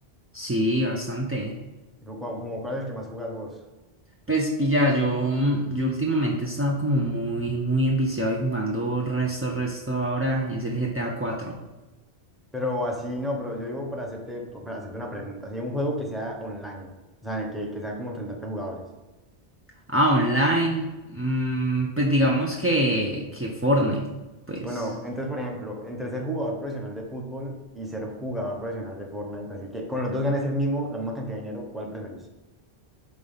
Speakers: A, on the right; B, in the centre.
A: Sí, bastante.
B: Como, como cuál es el que más jugas vos.
A: Pues pilla, yo, yo últimamente he estado como muy, muy enviciado y jugando resto, resto ahora. Es el GTA 4.
B: Pero así no, pero yo digo para hacerte, para hacerte una pregunta, así un juego que sea online, o sea, que, que sea como enfrentarte a jugadores.
A: Ah, online. mm, pues digamos que, que Fortnite. Pues
B: Bueno, entonces, por ejemplo, entre ser jugador profesional de fútbol y ser jugador profesional de Fortnite, así que con los dos ganas el mismo, la misma cantidad de dinero, ¿cuál preferís?